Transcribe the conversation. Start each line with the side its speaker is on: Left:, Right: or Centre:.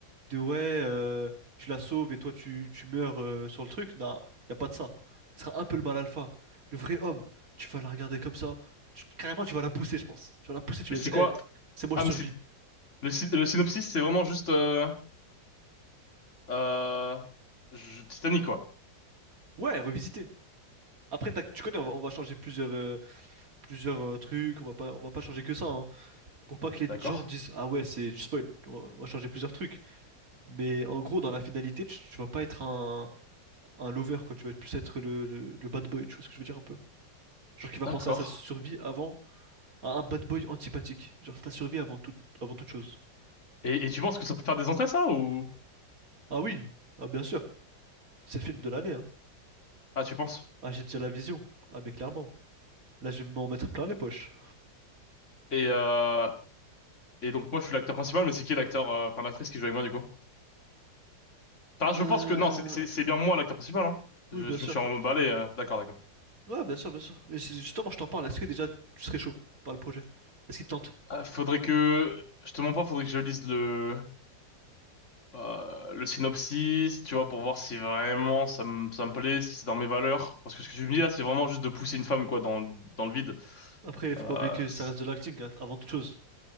Right: de ouais, euh, tu la sauves et toi tu, tu meurs euh, sur le truc. Non, y a pas de ça. Ce sera un peu le mal alpha. Le vrai homme, tu vas la regarder comme ça. tu- carrément, tu vas la pousser, je pense. Tu vas la pousser, tu
Left: Mais
Right: vas
Left: c'est
Right: dire,
Left: quoi...
Right: Eh, c'est moi,
Left: Ah,
Right: je survis.
Left: mais c'est... Le, sy- le synopsis, c'est vraiment juste... Euh... euh, je- Titanic, quoi.
Right: Ouais, revisiter. Après, t'as- tu connais, on va, on va changer plusieurs, euh, plusieurs euh, trucs. On va pas, on va pas changer que ça, hein, pour pas que les
Left: D'accord.
Right: gens disent, ah ouais, c'est du spoil. On va, on va changer plusieurs trucs. Mais en gros, dans la finalité, tu, tu vas pas être un, un lover, quoi. Tu vas plus être le, le, le bad boy. Tu vois ce que je veux dire un peu? Genre qui va
Left: D'accord.
Right: penser à sa survie avant Un, un bad boy antipathique. Genre ta survie avant toute avant toute chose.
Left: Et, et tu penses que ça peut faire des entrées, ça, ou...
Right: Ah oui, ah bien sûr. C'est le film de l'année, hein.
Left: Ah, tu penses?
Right: Ah j'ai déjà la vision. Ah mais clairement. Là je vais m'en mettre plein les poches.
Left: Et, euh... et donc, moi, je suis l'acteur principal, mais c'est qui l'acteur... euh, Enfin, l'actrice qui joue avec moi, du coup? Enfin, je
Right: Euh...
Left: pense que... Non, c'est c'est- c'est bien moi, l'acteur principal, hein.
Right: Oui
Left: Je,
Right: bien
Left: je
Right: sûr.
Left: me suis emballé. euh, D'accord, d'accord.
Right: Ouais bien sûr, bien sûr. Mais c'est- justement je t'en parle. Est-ce que déjà tu serais chaud par le projet? Est-ce qu'il te tente?
Left: Ah, faudrait que... Je te mens pas, faudrait que je lise le... euh, le synopsis, tu vois, pour voir si vraiment ça me ça me plaît, si c'est dans mes valeurs. Parce que ce que tu me dis là, c'est vraiment juste de pousser une femme quoi dans dans le vide.
Right: Après faut
Left: Euh,
Right: pas oublier que ça
Left: c'est-
Right: reste de l'acting hein, avant toute chose.